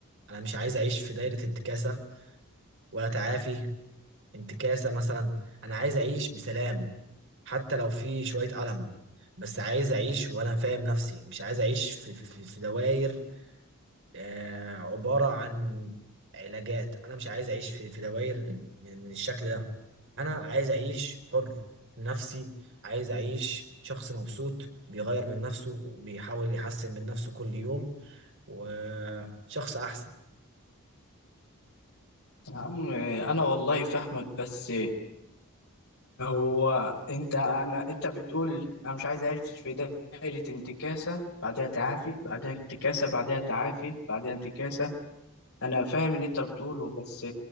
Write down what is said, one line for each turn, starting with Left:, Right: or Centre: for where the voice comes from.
Right: انا مش عايز اعيش في دايره انتكاسه ولا تعافي انتكاسه مثلا انا عايز اعيش بسلام حتى لو في شويه الم بس عايز اعيش وانا فاهم نفسي مش عايز اعيش في في في في دوائر آه، عبارة عن علاجات أنا مش عايز أعيش في في دوائر من من الشكل ده أنا عايز أعيش حر لنفسي عايز أعيش شخص مبسوط بيغير من نفسه وبيحاول يحسن من نفسه كل يوم وشخص أحسن
Left: يا عم آه، أنا والله فاهمك بس هو انت انا انت بتقول انا مش عايز اعيش في دائرة انتكاسة بعدها تعافي بعدها انتكاسة بعدها تعافي بعدها انتكاسة انا فاهم اللي انت بتقوله بس